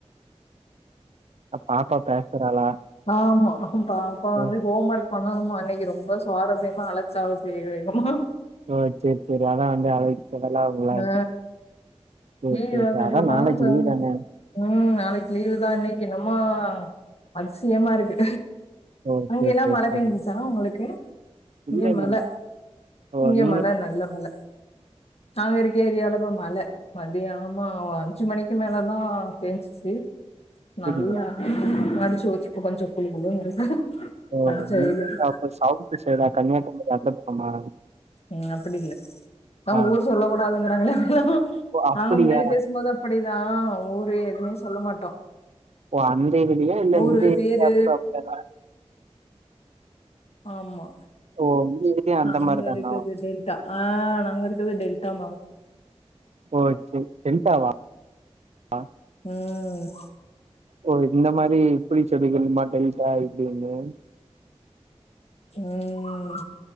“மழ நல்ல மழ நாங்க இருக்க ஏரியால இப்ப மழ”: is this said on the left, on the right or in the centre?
Left